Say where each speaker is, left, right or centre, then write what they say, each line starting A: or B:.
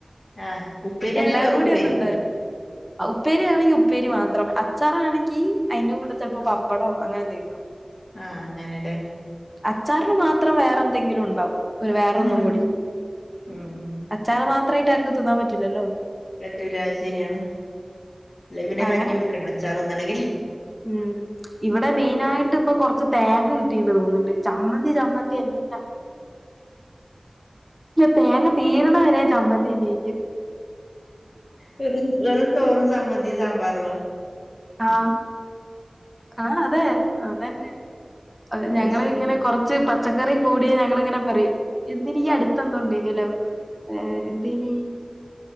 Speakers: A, on the left; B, in the centre.
A: ആഹ് ഉപ്പേരി
B: എല്ലാം
A: ആണെങ്കി വെറും
B: കൂടി
A: ഉപ്പേരി
B: ഒന്നും ഉണ്ടാവില്ല. ഉപ്പേരിയാണെങ്കി ഉപ്പേരി മാത്രം. അച്ചാറാണെങ്കി അതിന്റെ കൂടെ ചിലപ്പോ പപ്പടവോ അങ്ങനെഎന്തെങ്കിലും ഉണ്ടാവും.
A: ആഹ് അങ്ങനെല്ലേ
B: അച്ചാറിനു മാത്ര ത്രം വേറെ എന്തെങ്കിലും ഉണ്ടാവും. ഒരു വേറെ
A: ഉം
B: ഒന്നും കൂടി
A: ഉം
B: അച്ചാൽ മാത്ര ആയിട്ട് ആർക്കും തിന്നാൻ പറ്റില്ലല്ലോ?
A: പറ്റൂല അത് ശരിയാണ്. അല്ല പിന്നെ
B: അപ്പ അങ്ങനെ
A: കഞ്ഞി കുടിക്കണം അച്ചാറു തിന്നണെങ്കില്.
B: ഉം. ഇവിടെ മെയിനായിട്ട് ഇപ്പൊ കുറച്ച് തേങ്ങ കിട്ടീണ്ട് തോന്നുന്നുണ്ട്. ചമ്മന്തി ചമ്മന്തി എല്ലാ തേങ്ങ തീരുന്ന വരെ ചമ്മന്തിന്നേക്ക്.
A: വെറു വെറും ചോറും ചമ്മന്തിയും സാമ്പാറുവോ?
B: ആ ആ അതെ അതന്നെ
A: അത്
B: ഞങ്ങള്
A: ശരി
B: ഇങ്ങനെ കൊറച്ച് പച്ചക്കറി കൂടിയ ഞങ്ങളിങ്ങനെ പറയും എന്തിന് അടുത്ത് എന്തോങ്കിലും ഏഎന്തിന്?